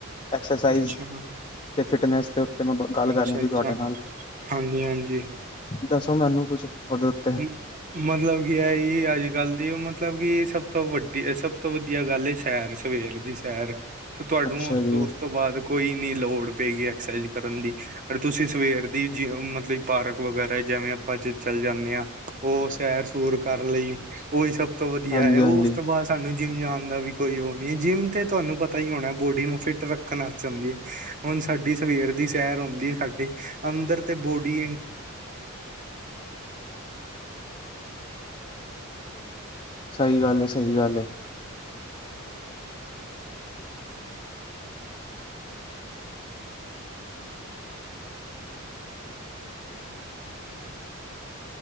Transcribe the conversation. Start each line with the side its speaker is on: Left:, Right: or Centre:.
Left: ਐਕਸਰਸਾਈਜ਼।
Right: ਅੱਛਾ
Left: ਤੇ ਫਿਟਨੈਸ ਦੇ ਉੱਤੇ ਮੈਂ ਗੱਲ ਕਰਨੀ
Right: ਅੱਛਾ
Left: ਸੀ
Right: ਅੱਛਾ
Left: ਤੁਹਾਡੇ ਨਾਲ।
Right: ਹਾਂਜੀ ਹਾਂਜੀ
Left: ਦੱਸੋ ਮੈਨੂੰ ਕੁੱਛ ਉਹਦੇ ਉੱਤੇ।
Right: ਮ- ਮਤਲਬ ਕੀ ਏਹੀ ਅੱਜ-ਕੱਲ ਦੀ ਉ ਮਤਲਬ ਕੀ ਸਭ ਤੋਂ ਵੱਡੀ ਸਭ ਤੋਂ ਵਧੀਆ ਗੱਲ ਏ। ਸੈਰ ਸਵੇਰ ਦੀ ਸੈਰ ਫਿਰ ਤੁਹਾਾਨੂੰ
Left: ਅੱਛਾ
Right: ਉਸ
Left: ਜੀ
Right: ਤੋਂ ਉਸ ਤੋਂ ਬਾਦ ਕੋਈ ਨੀ ਲੋੜ ਪਏਗੀ ਐਕਸਰਸਾਈਜ਼ ਕਰਨ ਦੀ। ਤੁਸੀਂ ਸਵੇਰ ਦੀ ਜਿਵੇ ਮਤਲਬ ਪਾਰਕ ਵਗੈਰਾ ਜਿਵੇਂ ਆਪਾਂ ਚਲੇ ਜਾਂਨੇ ਹਾਂ, ਉ ਸੈਰ-ਸੂਰ ਕਰ ਲਈ ਉਹੀ ਸਭ ਤੋਂ ਵਧੀਆ
Left: ਹਾਂਜੀ
Right: ਹੈ
Left: ਹਾਂਜੀ
Right: ਉਸ ਤੋਂ ਬਾਦ ਤੂਹਾਨੂੰ ਜਿੰਮ ਜਾਣ ਦਾ ਵੀ ਕੋਈ ਉ ਨੀ ਜਿੰਮ ਤੇ ਤੁਹਾਨੂੰ ਪਤਾ ਹੀ ਹੋਣਾ, ਬੋਡੀ ਨੂੰ ਫਿਟ ਰੱਖਣ ਅਸਤੇ ਹੂੰਦੀ ਏ। ਹੁਣ ਸਾਡੀ ਸਵੇਰ ਦੀ ਸੈਰ ਉਂਦੀ ਏ ਸਾਡੀ ਅੰਦਰ ਤੇ ਬੋਡੀ ਇ
Left: ਸਹੀ ਗੱਲ ਏ -ਸਹੀ ਗੱਲ ਏ।